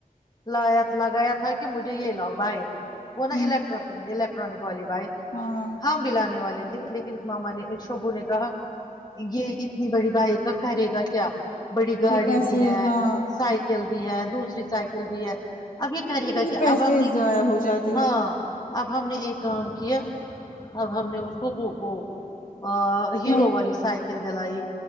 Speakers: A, on the left; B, on the left.
A: لایا لگایا تھا کہ مجھے یہ لاؤ باہر وہ نا
B: ہمم
A: الیکٹرک الیکٹرانک والی بائک
B: ہاں
A: ہم د لانے والے تھے لیکن ماما نے شوبو نے کہا یہ اتنی بڑی بائک کا کرے گا کیا بڑی گاڑی
B: یہ پیسے
A: بھی ہے
B: ہاں
A: س کل بھی ہے دوسری سائیکل بھی ہے اب یہ کرہیے گا
B: پھر پیسے
A: اب ہم بہی
B: ضائع ہو جاتے
A: ہاں
B: ہیں
A: اب ہم نے ایک کام کیا اب ہم نے اس کو وہ ہیرو
B: ہاں
A: والی سائیکل دلائی